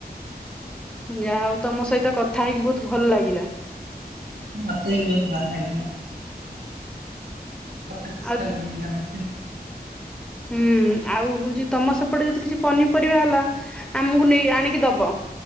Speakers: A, in the centre; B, on the right.
A: ଯାହାହଉ ତମ ସହିତ କଥା ହେଇକି ବହୁତ ଭଲ ଲାଗିଲା।
B: ମୋତେ ବି ବହୁତ ଭଲ ଲାଗିଲା। କେତେ କଥା ଶିଖିଆକୁ
A: ଆଉ
B: ମିଳିିଲା ମତେ।
A: ହୁଁ ଆଉ ହଉଛି ତମ ସେପଟେ ଯଦି କିଛି ପନିପରିବା ହେଲା ଆମକୁ ନେଇ ଆଣିକି ଦବ।